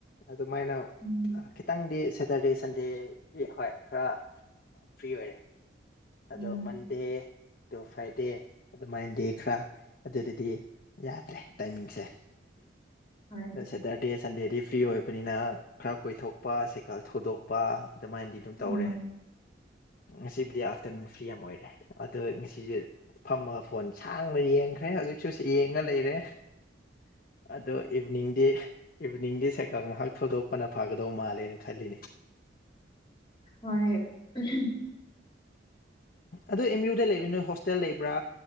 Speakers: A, on the left (about 50°); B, on the left (about 25°).
A: ꯑꯗꯨꯃꯥꯏꯅ
B: ꯎꯝ <inaudible>
A: ꯈꯤꯇꯪꯗꯤ ꯁꯦꯇꯔꯗꯦ ꯁꯟꯗꯦꯗꯤ ꯍꯣꯏ ꯈꯔ ꯐ꯭ꯔꯤ ꯑꯣꯏꯔꯦ ꯑꯗꯣ
B: ꯎꯝ
A: ꯃꯟ ꯗꯦ ꯑꯗꯣ ꯐ꯭ꯔꯥꯏꯗꯦ ꯑꯗꯨꯃꯥꯏꯅꯗꯤ ꯈꯔ ꯑꯗꯨꯗꯗꯤ ꯌꯥꯗ꯭ꯔꯦ ꯇꯥꯏꯃꯤꯡꯁꯦ
B: ꯍꯣꯏ
A: ꯁꯦꯇꯔꯗꯦ ꯁꯟꯗꯦꯗꯤ ꯐ꯭ꯔꯤ ꯑꯣꯏꯕꯅꯤꯅ ꯈꯔ ꯀꯣꯏꯊꯣꯛꯄ ꯁꯥꯏꯀꯜ ꯊꯧꯗꯣꯛ ꯄꯥ ꯑꯗꯨꯃꯥꯏꯅꯗꯤ ꯑꯗꯨꯝ
B: ꯎꯝ
A: ꯇꯧꯔꯦ ꯉꯁꯤꯕꯨꯗꯤ ꯑꯥꯐꯇꯔꯅꯨꯟ ꯐ꯭ꯔꯤ ꯌꯥꯝ ꯑꯣꯏꯔꯦ ꯑꯗꯣ ꯉꯁꯤꯖꯦ ꯐꯝꯃꯒ ꯐꯣꯟ ꯁꯥꯡꯅ ꯌꯦꯡꯈ꯭ꯔꯦ ꯍꯧꯖꯤꯛꯁꯨ ꯌꯦꯡꯉꯥ ꯂꯩꯔꯦ ꯑꯗꯣ ꯏꯕꯤꯅꯤꯡꯗꯤ ꯏꯕꯤꯅꯤꯡꯗꯤ ꯁꯥꯏꯀꯥꯜ ꯉꯥꯏꯍꯥꯛ ꯊꯧꯗꯣꯛꯄꯅ ꯐꯥꯒꯗꯧ ꯃꯥꯜꯂꯦꯅ ꯈꯜꯂꯤꯅꯦ
B: ꯍꯣꯏ ꯑꯍꯝ
A: ꯑꯗꯨ ꯑꯦꯝ ꯌꯨꯗ ꯂꯩꯕ ꯅꯣꯏ ꯍꯣꯁꯇꯦꯜ ꯂꯩꯕ꯭ꯔꯥ